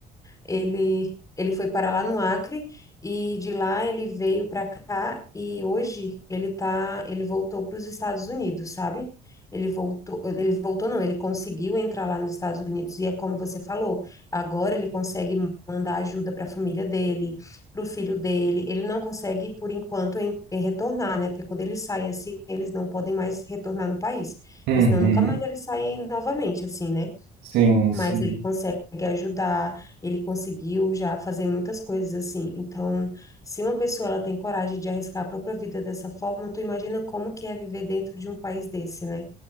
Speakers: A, on the left; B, on the right.
A: Ele, ele foi para lá no Acre e de lá ele veio para cá e hoje ele tá, ele voltou para os Estados Unidos, sabe? Ele voltou, ele voltou não, ele conseguiu entrar lá nos Estados Unidos e é como você falou, agora ele consegue mandar ajuda para a família dele, para o filho dele. Ele não consegue por enquanto em- em retornar, né? Porque quando eles saem assim, eles não podem mais retornar no país,
B: Uhum.
A: porque senão nunca mais eles saem novamente assim, né?
B: Sim,
A: mas
B: sim.
A: ele consegue ajudar, ele conseguiu já fazer muitas coisas assim. Então, se uma pessoa ela tem coragem de arriscar a própria vida dessa forma, tu imagina como que é viver dentro de um país desse, né?